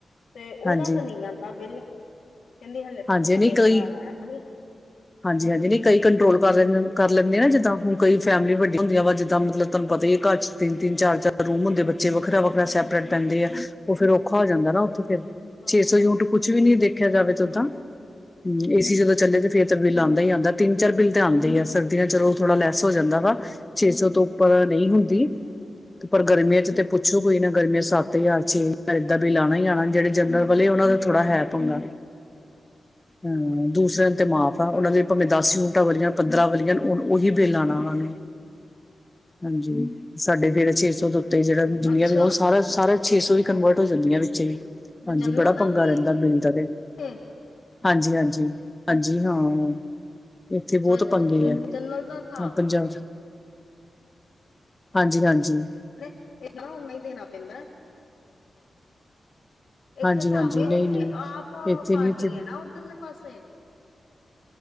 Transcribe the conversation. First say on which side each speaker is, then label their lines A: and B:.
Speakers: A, on the left (about 75°); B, on the left (about 15°).
A: ਤੇ ਉਹਦਾ
B: ਹਾਂਜੀ
A: ਤਾਂ ਨਹੀਂ ਆਂਦਾ ਬਿੱਲ। ਕਹਿੰਦੀ ਹਲੇ ਤੱਕ
B: ਹਾਂਜੀ
A: ਤਾਂ
B: ਨਹੀਂ
A: ਮੇਰੇ
B: ਕਈ
A: ਘਰ ਆਇਆ ਨੀ।
B: ਹਾਂਜੀ- ਹਾਂਜੀ ਨਹੀਂ ਕਈ ਕੰਟਰੋਲ ਕਰ ਕਰ ਲੈਂਦੇ ਨੇ ਨਾ ਜਿੱਦਾਂ, ਹੁਣ ਕਈ ਫੈਮਲੀਆਂ ਵੱਡੀਆਂ ਹੁੰਦੀਆਂ ਵਾ। ਜਿੱਦਾਂ ਮਤਲਬ ਤੁਹਾਨੂੰ ਪਤਾ ਹੈ ਘਰ ਚ ਤਿੰਨ- ਤਿੰਨ, ਚਾਰ- ਚਾਰ ਰੂਮ ਹੁੰਦੇ ਬੱਚੇ ਵੱਖਰਾ -ਵੱਖਰਾ ਸੈਪਰੇਟ ਪੈਂਦੇ ਆ। ਉਹ ਫੇਰ ਔਖਾ ਹੋ ਜਾਂਦਾ ਨਾ ਉੱਥੇ ਫਿਰ
A: ਹਾਂਜੀ-ਹਾਂਜੀ,
B: ਛੇ ਸੌ ਯੂਨਿਟ ਕੁਛ ਵੀ ਨੀ ਦੇਖਿਆ ਜਾਵੇ ਤਾਂ ਉਦਾਂ। ਹਮ ਏ ਸੀ ਜਦੋਂ ਚੱਲੇ ਤੇ ਫੇਰ ਬਿੱਲ ਆਉਂਦਾ ਹੀ ਆਉਂਦਾ। ਤਿੰਨ ਚਾਰ ਬਿੱਲ ਆਂਦਾ ਹੀ ਆ। ਸਰਦੀਆਂ ਚੋਂ ਥੋੜਾ ਲੈਸ ਹੋ ਜਾਂਦਾ ਵਾ। ਛੇ ਸੌ ਤੋਂ ਉੱਪਰ ਨਹੀਂ ਹੁੰਦੀ। ਤੇ ਪਰ ਗਰਮੀਆਂ ਚ ਤੇ ਪੁੱਛੋ ਕੋਈ ਨਾ ਗਰਮੀਆਂ ਸੱਤ ਹਜ਼ਾਰ, ਛੇ ਹਜ਼ਾਰ ਏਦਾਂ ਬਿੱਲ ਆਣਾ ਈ ਆਣਾ ਜੇੜੀ ਜਰਨਲ ਵਾਲੇ ਉਹਨਾਂ ਨੂੰ ਥੋੜਾ ਹੈ ਪੰਗਾ। ਹਮ। ਦੂਸਰਿਆਂ ਨੂੰ ਤੇ ਮਾਫ਼ ਉਹਨਾਂ
A: ਹਾਂਜੀ-ਹਾਂਜੀ।
B: ਦੇ ਭਾਵੇਂ ਦਸ ਯੂਨਟਾਂ ਬਲਿਆਂ ਪੰਦਰਾਂ ਬਲੀਆਂ ਓਹ। ਉਹੀ ਬਿੱਲ ਆਣਾ ਉਹਨਾਂ ਨੂੰ। ਹਾਂਜੀ ਸਾਡੇ ਫੇਰ ਛੇ ਸੌ ਤੋਂ ਉੱਤੇ ਜਿਹੜਾ ਜਿੰਨੀਆਂ
A: ਅੱਛਾ,
B: ਵੀ ਉਹ ਸਾਰਾ- ਸਾਰਾ ਛੇ ਸੌ ਵੀ ਕਨਵਰਟ ਹੋ ਜਾਂਦੀਆਂ ਵਿਚੇ ਈ। ਹਾਂਜੀ।
A: ਜਨਰਲ
B: ਬੜਾ
A: ਦਾ
B: ਪੰਗਾ
A: ਵੀ
B: ਰਹਿੰਦਾ ਬਿੱਲ ਦਾ ਤੇ।
A: ਹੈ?
B: ਹਾਂਜੀ -ਹਾਂਜੀ -ਹਾਂਜੀ। ਹਾਂ। ਇੱਥੇ
A: ਅੱਛਾ
B: ਬਹੁਤ ਪੰਗੇ
A: ਉੱਥੇ
B: ਹੈ।
A: ਜਨਰਲ ਦਾ ਹਿਸਾਬ
B: ਐਹ ਪੰਜਾਬ ਹਾਂਜੀ- ਹਾਂਜੀ।
A: <unintelligible> ਉੰਨਾ ਹੀਂ ਦੇਣਾ ਪੈਂਦਾ। ਇੱਥੇ
B: ਹਾਂਜੀ
A: ਹਿਸਾਬ
B: ਹਾਂਜੀ
A: ਨੀ
B: ਨਹੀਂ
A: ਉੱਥੇ
B: ਨਹੀਂ
A: ਆਮ
B: ਇੱਥੇ
A: ਪਾਰਟੀ
B: ਨੀ ਇੱਥੇ
A: ਹੈ ਨਾ ਉਧਰਲੇ ਪਾਸੇ